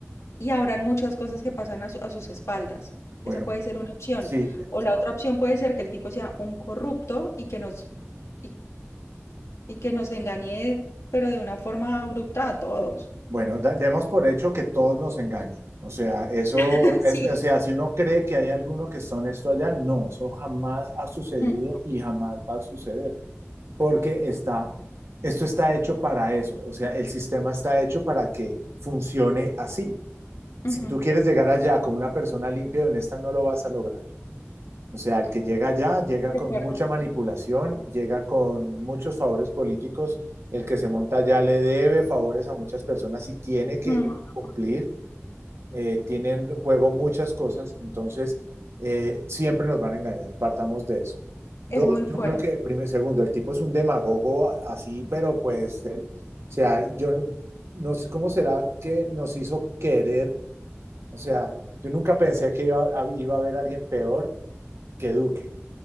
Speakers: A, on the left (about 85°); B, on the right (about 70°).
A: Y habrán muchas cosas que pasan a, su- a sus espaldas.
B: Bueno,
A: Esa puede ser una opción.
B: sí,
A: O la otra opción puede ser que el tipo sea un corrupto y que nos, y, y que nos engañe, pero de una forma abrupta a todos.
B: Bueno, da- demos por hecho que todos nos engañan. O sea, eso
A: <laughs>
B: es,
A: Sí.
B: o sea, si uno cree que hay alguno que está honesto allá, no, eso jamás ha sucedido
A: Mm,
B: y jamás va a suceder, porque está, esto está hecho para eso. O sea, el sistema está hecho para que funcione así. Si
A: ujú,
B: tú quieres llegar allá como una persona limpia y honesta, no lo vas a lograr. O sea, el que llega allá llega
A: De
B: con
A: acuerdo.
B: mucha manipulación, llega con muchos favores políticos, el que se monta allá le debe favores a muchas personas y tiene que
A: Mm,
B: cumplir, eh, tienen en juego muchas cosas, entonces eh, siempre nos van a engañar, partamos de eso. Dos,
A: Es muy
B: yo
A: fuerte.
B: creo que, primero, segundo, el tipo es un demagogo así, pero pues, de- o sea, yo no no sé cómo será que nos hizo querer, o sea, yo nunca pensé que iba, a- iba a haber alguien peor que Duque.